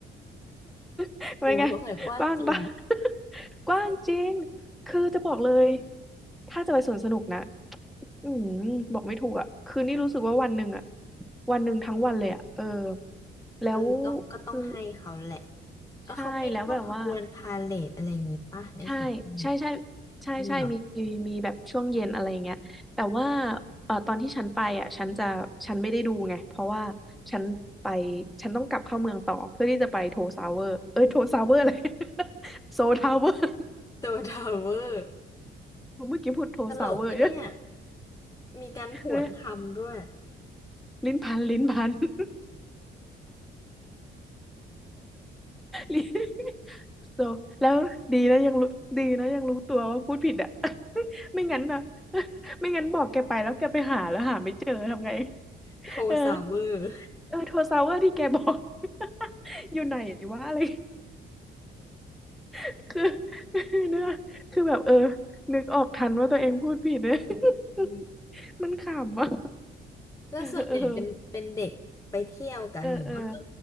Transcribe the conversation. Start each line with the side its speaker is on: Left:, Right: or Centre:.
Centre: ก <laughs>
Left: ๆโอ้สงสัยกว้างจริง
Centre: ว่าไงกว้างบ้าก <laughs> กว้างจริง คือจะบอกเลยถ้าจะไปสวนสนุกนะอืมบอกไม่ถูกอ่ะคือนี่รู้สึกว่าวันหนึ่งอ่ะวันหนึ่งทั้งวันเลยอ่ะเออแล้ว
Left: เออต้องก็ต้องให้เขาแหละ
Centre: คือ
Left: แล้วเขามีพวกขบวนพาเหรดอะไรอย่างงี้ป่ะในสวนสนุก
Centre: ใช่แล้วแบบว่าใช่ใช่ใช่ใช่ใช่มีมีมีแบบช่วงเย็นอะไรอย่างเงี้ยแต่ว่า
Left: นี่เหรอ
Centre: เออตอนที่ฉันไปอ่ะฉันจะฉันไม่ได้ดูไงเพราะว่าฉันไปฉันต้องกลับเข้าเมืองต่อเพื่อที่จะไปโทซาวเวอร์เอ้ยโทซาวเวอร์เลย <laughs> โซทาวเวอร์
Left: โตทาวเวอร์
Centre: เมื่อกี้พูดโทรซาวเวอร์เนี่
Left: ตลกนะเนี่ยมีการผวนคำด้วย
Centre: ย ลิ้นพัน ลิ้นพัน <laughs> ลิ้น so แล้วดีแล้วยังรู้ดีนะยังรู้ตัวว่าพูดผิดอ่ะ <laughs> ไม่งั้นนะ <laughs> ไม่งั้นบอกแกไปแล้วแกไปหาแล้วหาไม่เจอทำไง <laughs>
Left: โทซาวเวอร์
Centre: เออเออโทรซาวเวอร์ที่แกบอก <laughs> อยู่ไหนวะอะไร <laughs> คือ <laughs> เนื้อคือแบบเออนึกออกทันว่าตัวเองพูดผิดเลย
Left: อืม
Centre: <laughs> มันขำอ่ะ
Left: แล้วส่วนใหญ่เป็นเป็นเด็กไปเที่ยวกันหรือว่าก็
Centre: <laughs> เออเออเออเออ